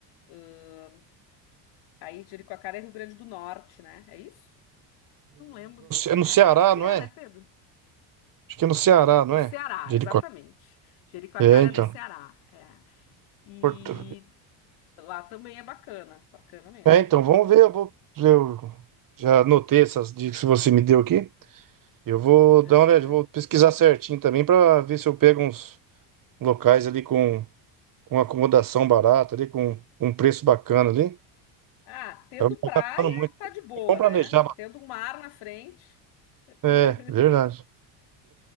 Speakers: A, on the left; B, on the right.
A: Ahn, aí Jericoacoara é Rio Grande do Norte, né? É isso? Não lembro.
B: É no
A: É,
B: Ceará,
A: acho que
B: não
A: é,
B: é?
A: né, Pedro?
B: Acho que é no Ceará, não
A: No
B: é?
A: Ceará,
B: Jericoacoara.
A: exatamente. Jericoacoara
B: É, então.
A: é no Ceará. É. E
B: Porto.
A: lá também é bacana, bacana mesmo.
B: É, então vamos ver. Eu vou, eu já anotei essas dicas que você me deu aqui. Eu vou
A: Aham.
B: dar uma olhada, eu vou pesquisar certinho também para ver se eu pego uns locais ali com, com acomodação barata, ali com um preço bacana ali.
A: Ah, tendo
B: Eu não tô
A: praia,
B: gastando muito.
A: tá de boa,
B: Vamos
A: né?
B: planejar. mas-
A: Tendo um mar na frente, <laughs>
B: É, verdade.